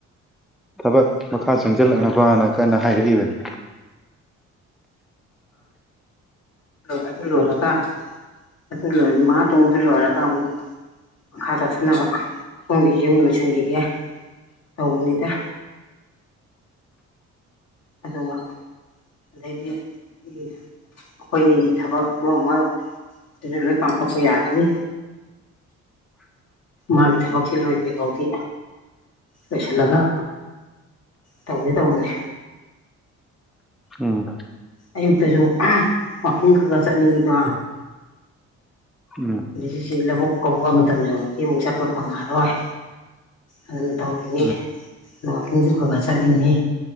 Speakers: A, in the centre; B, on the left.
A: ꯊꯕꯛ ꯃꯈꯥ ꯆꯪꯁꯤꯜꯂꯛꯅꯕꯅ ꯀꯟꯅ ꯍꯥꯏꯔꯛꯏꯕꯅꯦ
B: ꯑꯗꯨ ꯂꯣꯏꯔꯒ ꯑꯗꯨ ꯂꯣꯢꯔꯒ ꯅꯨꯃꯔꯠ ꯃꯉꯥ ꯇꯥꯔꯨꯛꯅꯤꯗ ꯂꯣꯏꯔꯒ ꯑꯃꯨꯛ ꯃꯈꯥ ꯆꯠꯊꯅꯕ ꯅꯪꯒꯤꯁꯨ ꯑꯃꯨꯛ ꯂꯣꯏꯁꯤꯟꯈꯤꯒꯦ ꯇꯧꯕꯅꯤꯗ ꯑꯗꯨꯒ ꯑꯗꯥꯒꯤ ꯑꯩꯈꯣꯏ ꯅꯤꯒꯤ ꯊꯕꯛ ꯑꯗꯨ ꯑꯃꯨꯛ ꯑꯗꯨꯗꯤ ꯂꯣꯏ ꯄꯥꯡꯊꯣꯛꯄ ꯌꯥꯒꯅꯤ ꯃꯥꯒꯤ ꯊꯕꯛꯁꯤ ꯂꯣꯏꯗ꯭ꯔꯤ ꯐꯥꯎꯗꯤ ꯂꯣꯏꯁꯤꯜꯂꯒ ꯇꯧꯒꯦ ꯇꯧꯕꯅꯤ
A: ꯎꯝ
B: ꯑꯌꯨꯛꯇꯁꯨ ꯋꯥꯀꯤꯡ ꯈꯔ ꯈꯔ ꯆꯠꯅꯤꯡꯉꯤꯗꯣ
A: ꯎꯝ
B: ꯑꯁꯤ ꯂꯧꯕꯨꯛ ꯀꯨꯝꯕ ꯃꯇꯝ ꯌꯧꯔꯗꯤ ꯑꯃꯨꯛ ꯆꯠꯄ ꯐꯪꯉꯛꯑꯔꯣꯏ ꯑꯗꯨꯅ ꯇꯧꯔꯤꯅꯤ
A: ꯎꯝ
B: ꯋꯥꯛꯀꯤꯡꯁꯨ ꯈꯔ ꯈꯋ ꯆꯠꯂꯤꯅꯤ